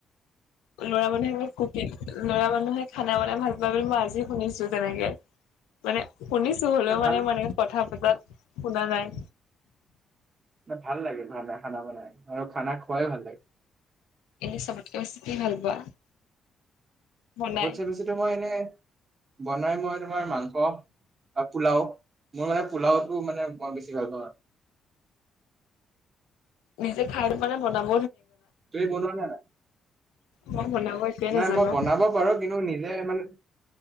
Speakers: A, on the left; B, on the right.
A: ল'ৰা মানুহে এইবোৰ কুকিং ল'ৰা মানুহে খানা বনাই ভাল পায় বুলি মই আজি শুনিছো তেনেকে, মানে শুনিছো হলেও
B: ভাল
A: মানে মই এনেকে কথা পতাত শুনা নাই।
B: ভাল লাগে ভানা খানা বনাই আৰু খানা খোৱাই ভাল লাগে।
A: এনে চবতকে বেছি কি ভাল পোৱা? বনাই?
B: চবতকে বেছি ত মই এনেই বনাই মই তোমাৰ মাংস পোলাও মোৰ মানে পোলাওটো মানে মই বেছি ভাল পাওঁ আৰু।
A: নিজে খাই মানে বনাব
B: তুমি বনোৱা নে নাই?
A: মই বনাব একোৱে নাজানো।
B: নাই মই বনাব পাৰো কিন্তু নি মানে,